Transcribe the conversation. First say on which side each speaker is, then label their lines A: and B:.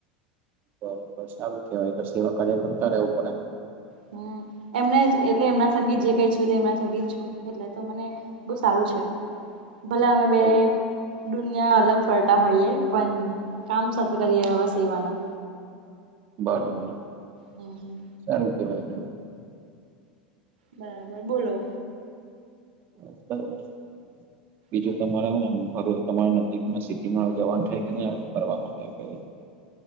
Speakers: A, on the right; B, on the right.
A: બરાબર સારું કેવાય, તો સેવા કાર્ય કરતા રહેવું પડે.
B: હમ્મ. એમને જ એટલે એમના થકી જે કઈ છું એમના થકી જ છું. એટલે તો મને બો સારું છે. ભલે અમે બે
A: પડે
B: દુનિયા અલગ ફરટા હોઈએ પણ કામ સાથે કરીએ, આવા સેવાના.
A: બરાબર.
B: હમ્મ.
A: સારું કેવાય.
B: બરાબર બોલો.
A: બસ કઈની, બીજું
B: હમ
A: તમારા હું <unintelligible> તમારા નજીકમાં સિટીમાં જવાનું થાય કે નને ફરવા માટે કઈ?